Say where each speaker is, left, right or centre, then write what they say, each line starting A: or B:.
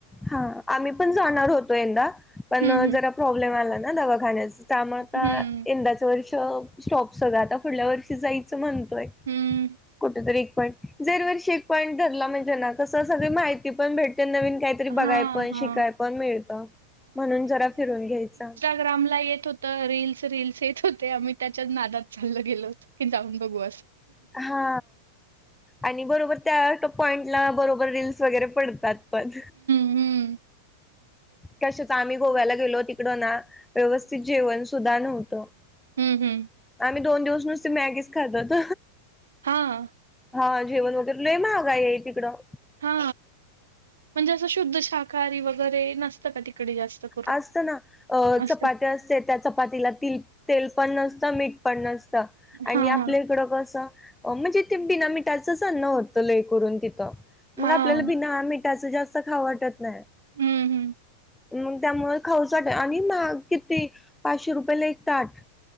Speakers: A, in the centre; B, on the right.
A: हा आम्ही पण जाणार होतो एकदा पण
B: हं, हं.
A: जरा प्रॉब्लेम आला ना दवाखानण्याचा. त्या मग आता
B: हं,
A: यंदाचं वर्ष स्टॉप सगं आता पुुढल्या वर्षी जायचं म्हणतोय.
B: हं.
A: कुठेतरी एक पॉईंट दरवर्षी एक पॉईंट धरला म्हणजे ना कसं सगळ माहिती पण भेटते नवीन काही तरी
B: हां,
A: बघाय पण
B: हां.
A: शिकाय पण मिळत म्हणून जरा फिरून घ्यायच
B: ग्राम ला येत हो तर रीलस रीलस येत होते आम्ही त्याच्याच नादात चाललं गेलो होत की जाऊन बघू अस
A: हा आणि बरोबर त्या टोप पॉइंटला बरोबर रीलस वगैरे पडतात. पण
B: हम्म.
A: कशच आम्ही गोव्याला गेलो तिकडं ना व्यवस्थित जेवण सुद्धा नव्हतं.
B: हम्म हम्.
A: आम्ही दोन दिवस नुसती मॅगीच खातात
B: हां,
A: हा जेवण वगैरेु लय महागा आहे तिकडं.
B: हा म्हणजे असं शुद्ध शाकाहारी वगैरे नसतं का तिकडे जास्त करून?
A: असत ना अ
B: असतं
A: चपट्या असते त्या चपातीला त तेल पण नसतं मीठ पण नसत आणि
B: हां, हां.
A: आपल्या इकडं कस म्हणजे ते बिनामीठाचंच अन्न होतं लय करून तिथं मग
B: हां.
A: आपल्याला बिनाठ. त्याच जास्त खा वाटत नाही.
B: हम्म हम्.
A: मग त्यामु खाऊसाट आणि मा किती पाचशे रुपये ला एक ताट